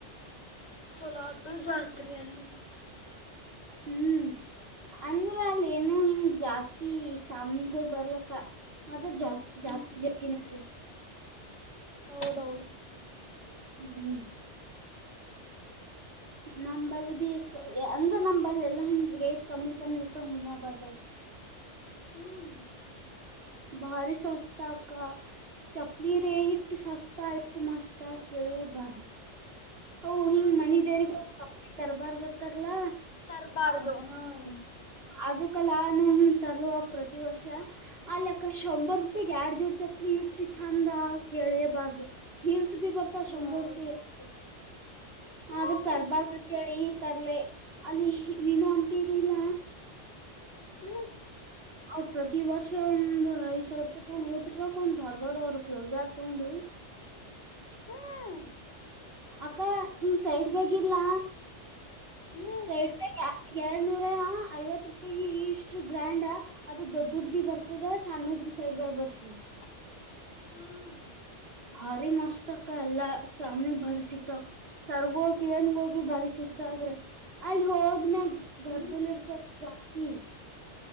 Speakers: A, on the left (about 75°); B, on the right (about 55°).
A: ಚಲೋ ಆತ ಜಾತ್ರಿಯಲ್ಲಿ
B: ಹ್ಮ್ ಅಂದ್ರ ಅಲ್ಲ ನು ಹಿಂಗ ಜಾಸ್ತಿ ಸ್ವಾಮಿಗಳು ಬರ್ಲಕ್ಕ ಮ ಜ
A: ಹ್ಮ್
B: ಜ ಜೋಗಿ <unintelligible>
A: ಹೌದೌದು
B: ಹ್ಮ್ ನಂಬಲ್ಲಿ ಬಿ ಅಂದ್ರ ನಂಬಲ್ಲಿ ಎಲ್ಲಾ ಹಿಂಗ ರೇಟ್ ಕಮ್ಮಿ ಕಮ್ಮಿ ಇರ್ತಾವ ಮುನಿರಾಬಾದ್ ದಾಗಾ.
A: ಹ್ಮ್.
B: ಬಾರಿ ಸಸ್ತ ಅಕ್ಕ ಚಪ್ಪಲಿ ರೇಟ್ ಸಸ್ತ ಇತ ಮಸ್ತ್ ಕೇಳ. ಲೇಬರ್ ಅವು ಹಿಂಗ್
A: ಹಾ
B: ಮನ ದೇವಗ್ ಹೋಗಿ ಚಪ್ಪಲಿ ತರಬರದು ಅಂತಾರಲ್ಲ.
A: ತರಬಾರ್ದು ಹ್ಮ್.
B: ಅದಕಲ್ಲ ನೋ ಹ ತರ್ಲ್ವ ಪ್ರತಿ ವರ್ಷ ಅಲ್ಲಕ್ಕ ಶಂಬರ್ ರೂಪಾಯ ಯಾಡ ಜೋಡ್ ಚೆಪಲಿ. ಇಟ್ಟು ಚಂದ ಕೆೇಳೇಬಾರ್ದು ಹಿಲ್ಸ್ ಬಿ ಬರ್ತ ಶಂಬರ್
A: ನೋಡು
B: ರೂಪಾಯಿ ಗೆ.
A: ಹ್ಮ್
B: ಆದ್ರೂ ತರ್ಬಾರ್ದ ಅಂತೇಳಿ ತರ್ಲೆ ಅಲ್ಲಿ ನೀನು ಒಂಟಿದಿಲ್ಲ.
A: ಹ್ಮ್.
B: ಅವ್ರ ಪ್ರತಿ ವರ್ಷ ಒಂದ್ ಐದ ಸಾವಿರ ರೂಪಾಯಿ ತಗೊಂಡು ಹೋಗತ ಇರಬೇಕು ಒಂದ್ ದೊಡ್ಡ ದೊಡ್ಡ ಅವರು ಕ್ಲೋಸರ್ ತಗೊಂಡು.
A: <inaudible> ಹ್ಮ್
B: ಅಕ್ಕ ಇಂಗ ಸೈಡ್ ಬೇಗ ಇರಲ್ಲ.
A: ಹ್ಮ್
B: ಸೈಡ್ ಬ್ಯಾಗ್ ಯ. ಎರಡ್ ನೂರ ಐವತ ರೂಪಾಯಿಗೆ ಇಷ್ಟು ಗ್ರ್ಯಾಂಡ್ ಅದು ದೊಡ್ಡದ ಬಿ ಬರ್ತದ ಸಣ್ಣದ ಬಿ. ಸೈಡ್ ಬ್ಯಾಗ್ ಬರ್ತ.
A: <unintelligible> ಹ್ಮ್
B: ಬಾರಿ ಮಸ್ತಕ್ಕ ಎಲ್ಲಾ ಸ್ವಾಮಿ ಬಾರಿ ಸಿಗ್ತವ ಸರಗಳು ಕಿವನ್ಗೋಳ ಬಾರಿ ಸಿಗ್ತವ. <unintelligible> ಅಲ್ಲಿ ಹೋದನಾಗ ಗದ್ದಲ್
A: ಹ್ಮ್
B: ಇರ್ತ ಜಾಸ್ತಿ.